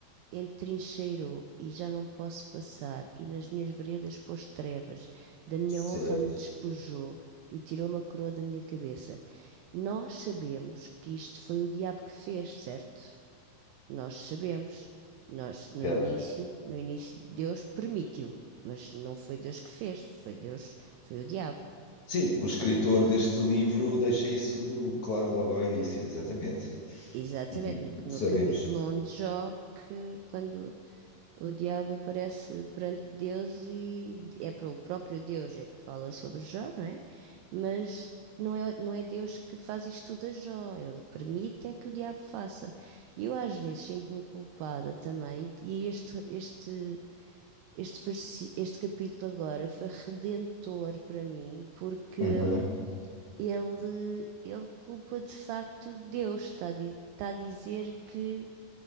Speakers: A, on the right; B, on the left.
A: entrincheirou e já não posso passar, e nas minhas veredas pôs trevas, da minha honra
B: Certo,
A: me despojou e tirou uma coroa da minha cabeça. Nós sabemos que isto foi o diabo que fez, certo? Nós sabemos. Nós, no
B: certo.
A: início, no início, Deus permitiu, mas não foi Deus que fez, foi Deus, foi o diabo.
B: Sim, o escritor deste livro deixa isso claro logo ao início, exatamente.
A: Exatamente,
B: Uhum.
A: no,
B: Sabemos.
A: no capítulo 1 de Jó, que quando O diabo aparece perante Deus e é para o próprio Deus é que fala sobre Jó, não é? Mas não é, não é Deus que faz isto tudo a Jó, ele permite é que o diabo faça. E eu às vezes sinto-me culpada também, e este, este, este, versi, este capítulo agora foi redentor para mim, porque
B: Uhum.
A: ele, ele culpa de facto Deus, está a, di- está a dizer que